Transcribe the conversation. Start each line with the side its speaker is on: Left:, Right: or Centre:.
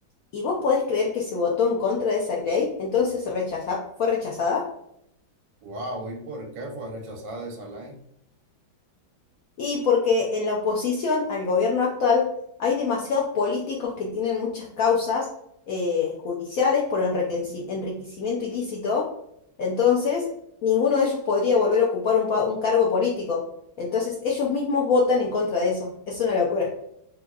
Left: ¿Y vos podés creer que se votó en contra de esa ley? Entonces rechaza- fue rechazada.
Right: Wow, ¿y por qué fue rechazada esa ley?
Left: Y porque en la oposición al gobierno actual hay demasiados políticos que tienen muchas causas eh, judiciales por enriqueci- enriquecimiento ilícito, entonces ninguno de ellos podría volver a ocupar un, pa- un cargo político. Entonces ellos mismos votan en contra de eso. Es una locura.